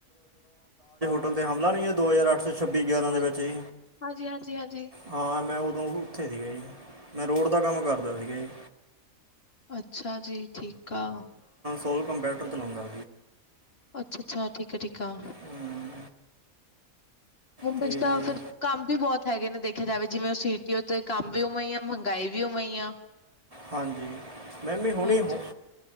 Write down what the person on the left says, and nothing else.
ਹਾਂਜੀ
ਹਾਂਜੀ ਹਾਂਜੀ ਹਾਂਜੀ
ਅੱਛਾ ਜੀ ਠੀਕ ਆ।
ਅੱਛਾ, ਅੱਛਾ ਠੀਕ ਆ, ਠੀਕ ਆ
ਮੁੰਬਈ
ਚ ਤਾਂ ਫਿਰ ਕੰਮ ਵੀ ਬਹੁਤ ਹੈਗੇ ਨੇ ਦੇਖਿਆ ਜਾਵੇ ਜਿਵੇਂ ਉਹ ਸੀਟੀ ਉਤੇ ਕੰਮ ਵੀ ਉਵੇਂ ਹੀ ਆ ਮਹਿੰਗਾਈ ਵੀ ਉਵੇਂ ਆ।
ਹਾਂਜੀ,